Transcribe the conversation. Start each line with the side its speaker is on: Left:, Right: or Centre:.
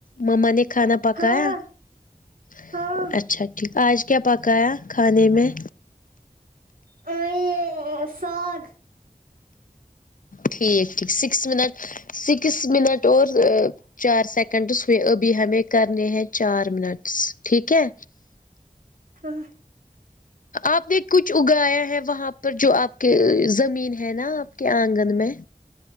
Left: مما نے کھانا پکایا
Right: ہاں
Left: اچھا
Right: ہاں
Left: اچھا ٹھیک آج کیا پکایا کھانے میں
Right: آ، یہ ساگ
Left: ٹھیک ٹھیک سکس منٹ سکس منٹ اور چار سیکنڈس ہوئے ابھی ہمیں کرنے ہیں چار منٹس ٹھیک ہے
Right: <unintelligible>
Left: آپ نے کچھ اگایا ہے وہاں پر جو آپ کے زمین ہے نا آپ کے آنگن میں